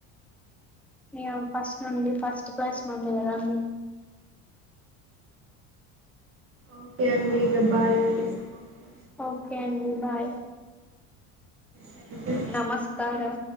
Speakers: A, in the centre; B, on the right.
A: ఇగ ఫస్ట్ నుండి ఫస్ట్ క్లాస్ నుండి కదా అండి
B: ఒకే అండి ఇంగ బాయ్ అండి సమాప్తం
A: ఓకే అండి బాయ్
B: థ్యాంక్ యూ
A: నమస్కారం